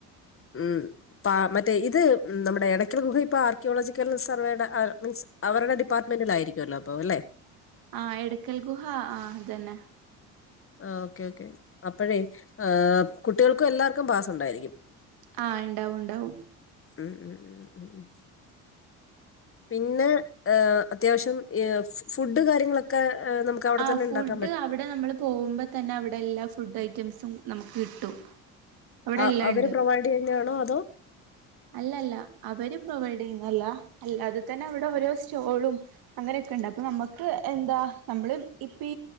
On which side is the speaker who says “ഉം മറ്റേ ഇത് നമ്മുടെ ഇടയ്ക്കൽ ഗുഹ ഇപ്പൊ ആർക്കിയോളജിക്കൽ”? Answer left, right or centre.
Left